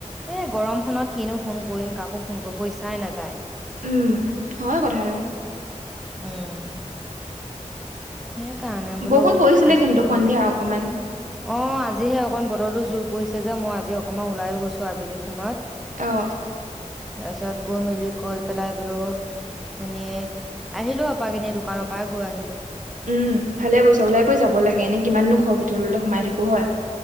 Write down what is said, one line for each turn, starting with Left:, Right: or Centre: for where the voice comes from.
Centre: হে গৰমখনত কিনো ফোন কৰিম কাকো ফোন কৰিব ইচ্ছাই নাযায়।
Right: উম, হয় কথাটো।
Centre: উম, সেইকাৰণে বোলো
Right: বৰষুণ পৰিছিলে
Centre: আজিয়ে
Right: কিন্তু
Centre: বোলো।
Right: সন্ধিয়া অকমান
Centre: অ, আজিহে অকন বতৰতো জোৰ পৰিছে যে মই আজি অকমান ওলায়ো গৈছো আবেলি সময়ত।
Right: অ',
Centre: তাৰছত গৈ মেলি কৈ পেলাই বোলো এনে আহিলো আপাক এনে দোকানৰ পা গৈ আহিলো।
Right: উম, ভালে গৈছ ওলাই কৈ যাব লাগে এনেই কিমাননো ঘৰৰ ভিতৰলে সোমাই থাকো হয়।